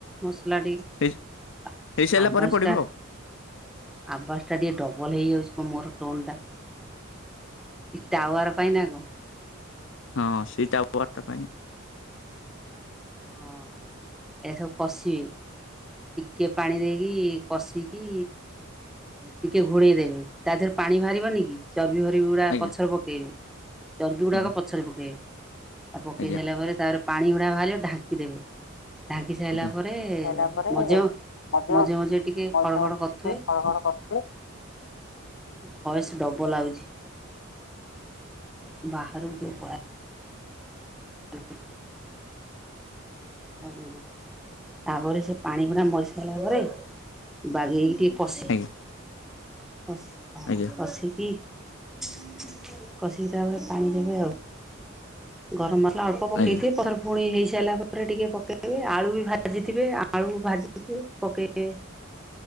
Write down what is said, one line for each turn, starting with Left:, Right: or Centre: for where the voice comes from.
Centre: ମସଲାଟି
Left: ହେଇ
Centre: ଆ-ଆବାସଟା
Left: ହେଇସାରିଲା ପରେ ପଡିବ ଆଉ
Centre: ଆବାଜ ଟା ଟିକେ ଡବଲ ହେଇଯାଉଚି କ ମୋର ଟୋନ୍ ଟା। ଏ ଟାୱର ପାଇଁ ନା କଁ?
Left: ହଁ ସେଇ ଟାବାରଟା ପାଇଁ।
Centre: ହଁ ଏସବୁ ପସିଏ। ଟିକେ ପାଣି ଦେଇକି କଷିକି ଟିକେ ଘୋଡ଼େଇ ଦେବେ ତା ଦେହରେ ପାଣି ବାହାରିବନି କି। ଚର୍ବି ଫରବି ଗୁଡ଼ାକ
Left: ଆଜ୍ଞା
Centre: ପଛରେ ପକେଇବେ ଚର୍ବି
Left: ଆଜ୍ଞା
Centre: ଗୁଡ଼ାକ ପଛରେ ପକେଇବେ। ଆ ପକେଇ
Left: ଆଜ୍ଞା
Centre: ସାଇଲା ପରେ ତାରେ ପାଣି ଗୁଡ଼ା ବାହାରିବ ଢାଙ୍କି ଦେବେ। ଢାଙ୍କି ସାଇଲା
Left: ଆଜ୍ଞା।
Centre: ପରେ
Left: ହେଲା ପରେ
Centre: ମଜ୍
Left: ମଝିରେ
Centre: ମଝେ ମଝେ ଟିକେ
Left: ମଝିରେ
Centre: ଖଡ଼
Left: ମଝିରେ
Centre: ଖଡ଼
Left: ଟିକେ
Centre: କରୁଥୁଏ।
Left: ହଳ ହଳ କରିଥିଲେ।
Centre: ଭଏସ ଡବଲ ଆଉଚି। ବାହାରକୁ ଟିକେ ପଳାଏ। <unintelligible> ଉଁ ହୁଁ ହୁଁ। ତାପରେ ସେ ପାଣି ପୁଣା ମରି ସାରିଲା ପରେ ବାଗେଇକି ଟିକେ କସି
Left: ଆଜ୍ଞା
Centre: କସ୍ ହଁ
Left: ଆଜ୍ଞା
Centre: କସି କି କଷିକି ତା ପରେ ପାଣି ଦେବେ ଆଉ। ଗରମ୍ ମସଲା ଅଳ୍ପ ପକେଇଥିବ
Left: ଆଜ୍ଞା
Centre: ପଛରେ ପୁଣି ହେଇସାଇଲା ପରେ ଟିକେ ପକେଇବେ ଆଳୁ ବି ଭାଜିଥିବେ ଆଳୁ ଭାଜିଥିବେ ପକେଇବେ।